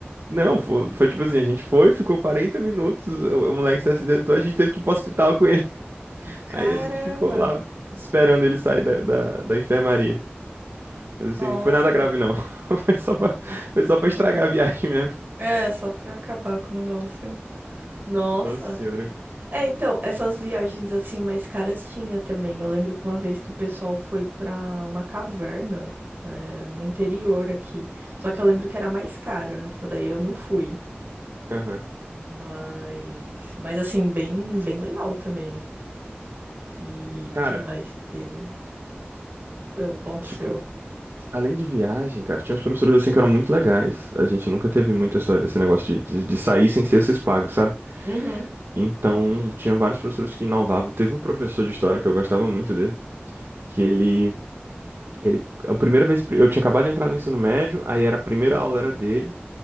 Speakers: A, on the right; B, on the right.
A: Não, foi, foi tipo assim, a gente foi, ficou 40 minutos, o, o moleque se acidentou, a gente teve que ir pro hospital com ele.
B: Caramba,
A: Aí a gente ficou lá esperando ele sair da, da, da enfermaria. Mas assim,
B: nossa.
A: não foi nada grave, não. <laughs> Foi só pra, foi só pra estragar
B: Aham.
A: a viagem mesmo.
B: É, só pra acabar com o negócio. Nossa.
A: Nossa senhora.
B: É, então, essas viagens assim mais caras tinha também. Eu lembro que uma vez que o pessoal foi pra uma caverna, é, no interior aqui. Só que eu lembro que era mais cara. Essa daí eu não fui.
A: Aham.
B: Mas, mas assim, bem, bem legal também. E
A: Cara,
B: que mais que teve? Ah, Aconteceu.
A: tipo, além de viagem, cara, tinha uns professores assim que eram muito legais. A gente nunca teve muito essa- esse negócio de, de, de sair sem ser esses pagos, sabe?
B: Uhum.
A: Então, tinha vários professores que inovavam. Teve um professor de história que eu gostava muito dele, que ele. Ele, a primeira vez, eu tinha acabado de entrar no ensino médio, aí era a primeira aula era dele.